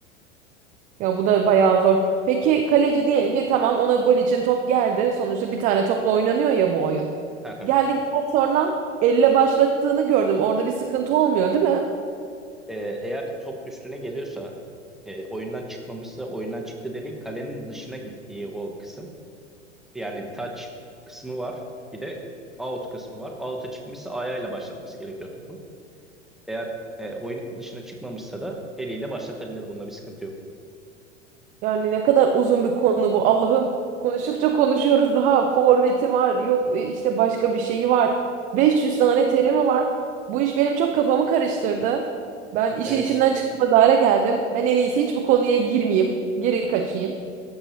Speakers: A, on the right (about 20°); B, in the centre.
A: Ya bu da bayağı zor. Peki kaleci diyelim ki tamam ona gol için top geldi. Sonuçta bir tane topla oynanıyor ya bu oyun.
B: Hı hı.
A: Geldikten sonra elle başlattığını gördüm. Orada bir sıkıntı olmuyor, değil mi?
B: E, eğer top üstüne geliyorsa e, oyundan çıkmamışsa oyundan çıktı dediğim kalenin dışına gittiği o kısım. Yani touch kısmı var. Bir de out kısmı var. Out'a çıkmışsa ayağıyla başlatması gerekiyor topu. Eğer e, oyun dışına çıkmamışsa da eliyle başlatabilir. Bunda bir sıkıntı yok.
A: Yani ne kadar uzun bir konu bu Allah'ım. Konuştukça konuşuyoruz daha forveti var yok e, işte başka bir şeyi var. 500 tane terimi var. Bu iş benim çok kafamı karıştırdı. Ben işin
B: Evet.
A: içinden çıkmaz hale geldim. Ben en iyisi hiç bu konuya girmeyeyim. Geri kaçayım.